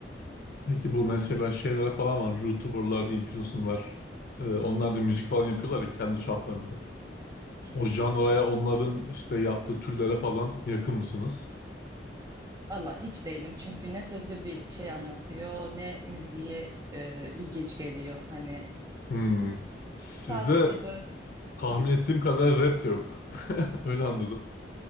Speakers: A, on the left; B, on the right.
A: Peki bu mesela şeylere falan var. YouTuber'lar, influencer'lar. e, onlar da müzik falan yapıyorlar ya kendi çaplarında.
B: Hı
A: O
B: hı.
A: janraya onların işte yaptığı türlere falan yakın mısınız?
B: Valla hiç değilim çünkü ne sözü bir şey anlatıyor ne müziği e, ilginç geliyor hani
A: Hmm. Sizde
B: sadece böyle.
A: tahmin
B: Hı.
A: ettiğim kadar rap de yok. <laughs> Öyle anladım.